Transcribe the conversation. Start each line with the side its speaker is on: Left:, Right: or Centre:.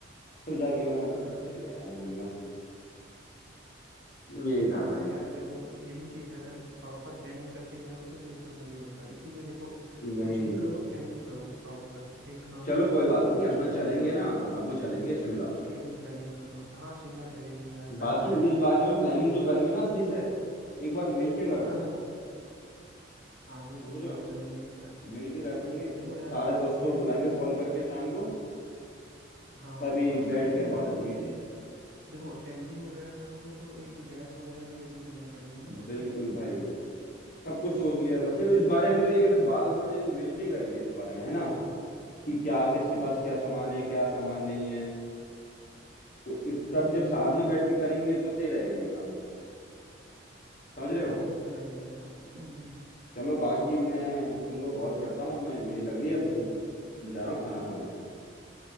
Left: फिर जाके मैंने फिर
Right: हाँ हाँ
Left: गया हम घूमने यही था भाई
Right: यार देखो यही चीज है ना प्रॉपर प्लानिंग करके गए होते तो ये सब नहीं होता इसीलिए देखो
Left: वही
Right: कुछ भी करो प्लानिंग करो प्रॉपर एक नॉर्मल
Left: चलो कोई बात
Right: अगर
Left: नहीं
Right: कुछ
Left: अपना
Right: हो रहा
Left: चलेंगे
Right: है ना
Left: ना अपना चलेंगे शिमला
Right: उसके लिए भी प्लानिंग करो हाँ शिमला चलेंगे यार बढ़िया
Left: बाकी
Right: रहेगा
Left: इस बारे में प्लानिंग जो करेंगे ना सही से एक बार मिल के करते
Right: हाँ
Left: हैं
Right: हाँ हाँ वो
Left: समझ
Right: तो मिलके
Left: रहे हो
Right: करेंगे ही यार
Left: मिलके कर देंगे
Right: देखो यार
Left: सारे दोस्तों
Right: मिलके
Left: को बुलाएंगे
Right: करेंगे
Left: कॉल करके शाम को
Right: हाँ
Left: तभी
Right: और साथ
Left: बैठ कर
Right: में यार
Left: बात होगी
Right: जैसे देखो टेंटिंग वगैरह करोगे तो एक गैस वगैरह भी लेके चलना पड़ेगा ना तो उसका
Left: बिल्कुल
Right: क्या सोचा
Left: भाई
Right: है
Left: सब कुछ सोच लिया भाई चलो इस बारे में तो ये कहते हैं, बात अपना ये मिलके ही करेंगे इस बारे में है ना कि क्या किसके पास क्या
Right: अच्छा
Left: सामान है क्या सामान नहीं है तो इत- तब जब साथ में बैठ के करेंगे तो सही रहेगा ये काम समझ रहे हो
Right: हाँ वो तो रहेगा यार हम्म हम्म
Left: चलो बाकी मैं तुमको कॉल करता हूँ मैं मुझे लग रही है भूख मैं जा रहा हूँ खाना खाने